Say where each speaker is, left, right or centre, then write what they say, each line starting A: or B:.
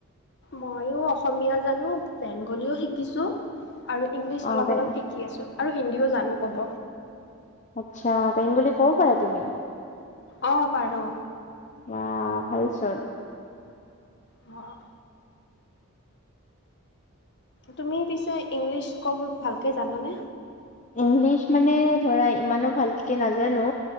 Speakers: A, on the left (about 55°); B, on the left (about 35°).
A: ময়ো অসমীয়া জানো, বেংগলীও শিকিছো আৰু ইংলিছ
B: অ'
A: অলপ
B: বে
A: অলপ শিকি শিকি আছোঁ আৰু হিন্দীও জানো ক'ব।
B: আচ্ছা, বেংগলি ক'ব পাৰা তুমি?
A: অ' পাৰো।
B: বা ভালচোন।
A: অ', তুমি পিছে ইংলিছ ক'ব ভালকে জানানে?
B: ইংলিছ মানে ধৰা, ইমানো ভালকে নাজানো।